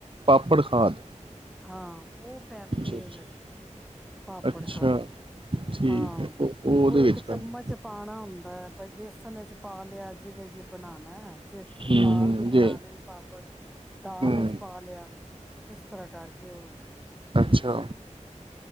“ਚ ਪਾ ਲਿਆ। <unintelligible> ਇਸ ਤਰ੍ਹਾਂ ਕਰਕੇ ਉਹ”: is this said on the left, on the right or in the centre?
Centre